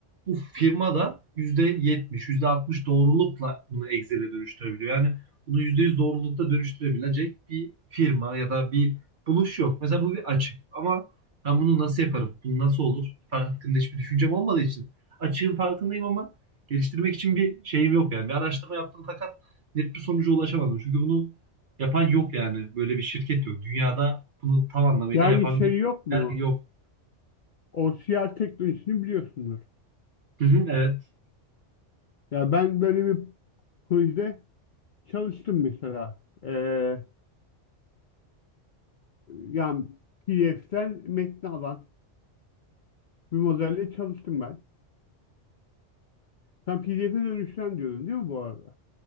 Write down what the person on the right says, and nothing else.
Bu firma da yüzde yetmiş, yüzde altmış doğrulukla bunu Excel'e dönüştürebiliyor. Yani bunu %100 doğrulukta dönüştürebilecek bir firma ya da bir buluş yok. Mesela bu bir açık ama ben bunu nasıl yaparım? Bu nasıl olur? Hakkında hiçbir düşüncem olmadığı için. Açığın farkındayım ama geliştirmek için bir şeyim yok yani. Bir araştırma yaptım fakat net bir sonuca ulaşamadım. Çünkü bunu yapan yok yani. Böyle bir şirket yok. Dünyada bunu tam anlamıyla
yapan
bir
yer yok.
Hı hı, evet.